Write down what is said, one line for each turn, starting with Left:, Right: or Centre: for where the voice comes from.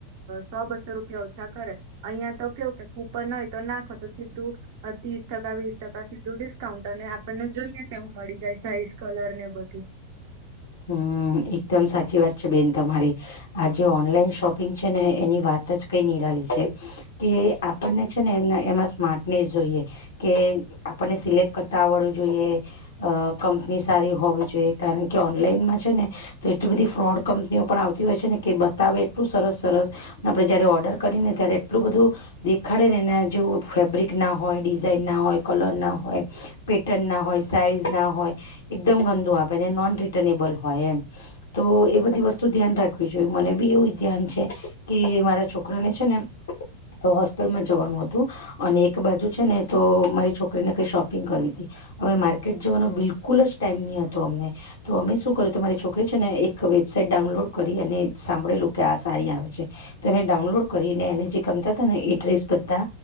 Right: સો-બસો રૂપિયા ઓછા કરે, અહિયાં તો કેવું કે ક ઉપર ન હોય, તો નાખો તો. ત્રીસ ટકા, વીસ ટકા. બું ડિસ્કાઉન્ટ અને આપણને જોઈએ, તેવું મળી જાય, સાઇઝ કલર ને બધું.
Left: હમ, એકદમ સાચી વાત છે બેન તમારી. આ જે ઓનલાઈન શોપિંગ છે ને, એની વાત જ કઈ નિરાલી છે. કે આપણને છે ને, એ એમાં સ્માર્ટનેસ જોઈએ કે આપણને સિલેક્ટ કરતા આવડવું જોઈએ. અ કંપની સારી હોવી જોઈએ, કારણ કે ઓનલાઈનમાં છે ને. તો એટલી બધી ફ્રોડ કંપનીઓ પણ આવતી હોય છે ને, કે બતાવે એટલું સરસ સરસ આપડે જયારે ઓર્ડર કરીને, ત્યારે એટલું બધું દેખાડે ને, એના જેવ ફેબ્રિક ના હોય, ડિઝાઇન ના હોય, કલર ના હોય. પેટર્ન ના હોય, સાઈઝ ના હોય, એકદમ ગંદુ આપે, નોન રિટર્નેબલ હોય એમ. તો એ બધી વસ્તુ ધ્યાન રાખવી જોઈએ, મને બી એવું ધ્યાન છે, કે મારા છોકરાને છે ને. તો હોસ્ટેલમાં જવાનું હતું, અને એક બાજુ છે ને, તો મારી છોકરીને કઈ શોપિંગ કરવી હતી, હવે માર્કેટ જવાનો બિલકુલ જ ટાઈમ નહીં હતો, અમને તો અમે શું કર્યું તમારી છોકરી છે ને, એક વેબસાાઈટ ડાઉનલોડ કરી અને સાંભળેલું કે, આ સારી આવે છે. તો એને ડાઉનલોડ કરીને, એને જે ગમતા હતા, ને એડ્રેસ બધા